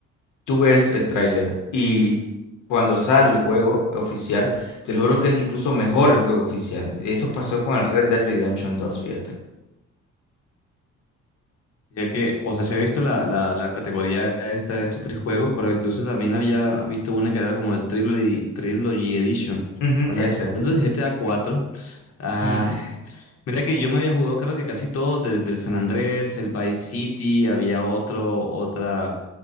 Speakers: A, on the left (about 80°); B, on the left (about 50°).
A: tú ves el tráiler y cuando sale el juego oficial, te lo juro que es incluso mejor el juego oficial. Eso pasó con el Red Dead Redemption dos, fíjate.
B: Ya que, o sea, se ha visto la, la, la categoría esta de estos tres juegos, pero incluso también había visto una que era como el Trilogy, Trilogy Edition.
A: Ujú,
B: Hablando
A: ese.
B: de G T a cuatro ah,
A: Ujú,
B: mira que yo me había jugado creo que casi todos, desde el San Andrés, el Vice City, había otro, otra,